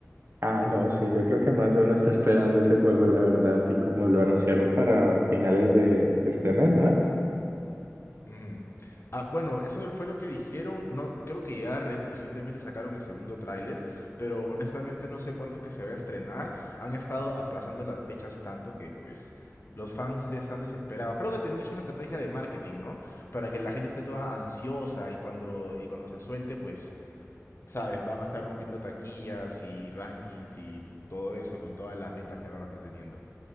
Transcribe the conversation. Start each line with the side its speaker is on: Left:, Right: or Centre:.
Right: Ah, no, sí, yo creo que más de uno está esperando ese juego, la verdad, y como lo anunciaron para finales de, de este mes, ¿no es?
Left: Ujú. Ah, bueno, eso fue lo que dijeron. No, creo que ya re- recientemente sacaron el segundo tráiler, pero honestamente no sé cuándo es que se va a estrenar. Han estado aplazando las fechas tanto que pues los fans ya están desesperados. Creo que también es una estrategia de marketing, ¿no? Para que la gente esté toda ansiosa y cuando y cuando se suelte, pues, sabes, van a estar rompiendo taquillas y rankings y todo eso con todas las ventas que van a estar teniendo.